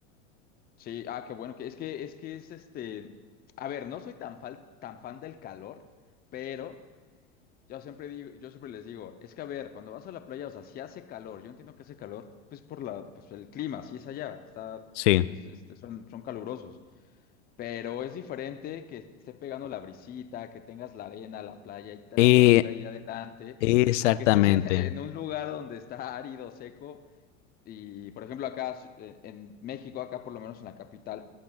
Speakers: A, on the left; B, on the left.
A: Sí, ah, qué bueno, que es que es que es este, a ver, no soy tan fan, tan fan del calor, pero yo siempre digo, yo siempre les digo, es que a ver, cuando vas a la playa, o sea, si hace calor, yo entiendo que hace calor, pues por la, pues el clima, si es allá, está,
B: sí.
A: pues este, son, son calurosos. Pero es diferente que esté pegando la brisita, que tengas la arena, la playa, y ta-
B: Eh,
A: la playita ahí adelante,
B: exactamente.
A: a que estés en, <laughs> en un lugar donde está árido, seco. Y por ejemplo, acá eh, en México, acá por lo menos en la capital,